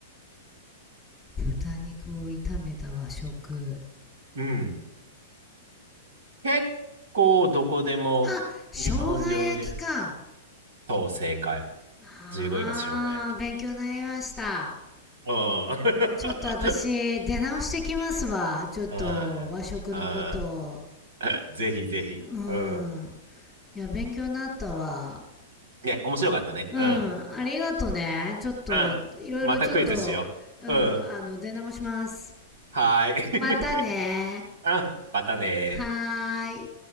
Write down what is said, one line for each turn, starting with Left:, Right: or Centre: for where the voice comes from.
Centre: 豚肉を炒めた和食。
Right: うん。結構どこでも日本料理。
Centre: あ、生姜焼きか。
Right: そう、正解。
Centre: あー、
Right: 15位が生姜焼き。
Centre: 勉強になりました。
Right: ああ。
Centre: ちょっと私、出直してきますわ。
Right: <laughs>
Centre: ちょっと、
Right: ああ。
Centre: 和食のこと。
Right: あ <laughs> ぜひぜひ。
Centre: うん。
Right: うん。
Centre: いや、勉強になったわ。
Right: ね、面白かったね。
Centre: うん、
Right: うん。
Centre: ありがとね。ちょっと、
Right: うん。
Centre: いろいろちょっと、
Right: またクイズしよううん。
Centre: うん、あの、出直します。
Right: はー
Centre: またね
Right: い。<laughs> うん。またねー。
Centre: はーい。